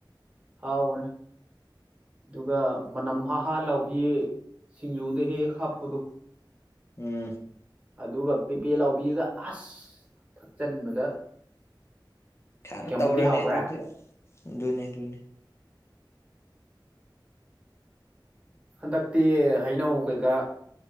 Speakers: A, on the right (about 15°); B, on the left (about 35°).
A: ꯍꯥꯎꯕꯥꯅꯦ ꯑꯗꯨꯒ ꯃꯅꯝ ꯍꯥꯍꯥ ꯂꯥꯎꯕꯤꯌꯦ ꯁꯤꯡꯖꯨꯗ ꯍꯦꯛ ꯍꯦꯛ ꯍꯥꯞꯄꯗꯣ
B: ꯎꯝ
A: ꯑꯗꯨꯒ ꯄꯦꯄꯦ ꯂꯥꯎꯕꯤꯔꯒ ꯑꯁ ꯊꯛꯆꯟꯕꯗ
B: ꯈꯔ
A: ꯀꯌꯥꯃꯨꯛꯇꯤ
B: ꯇꯧꯔꯅꯤ
A: ꯍꯥꯎꯈ꯭ꯔꯦ
B: ꯑꯗꯨꯗꯤ ꯑꯗꯨꯅꯤ ꯑꯗꯨꯅꯤ
A: ꯍꯟꯗꯛꯇꯤ ꯍꯩꯅꯧ ꯀꯩꯀꯥ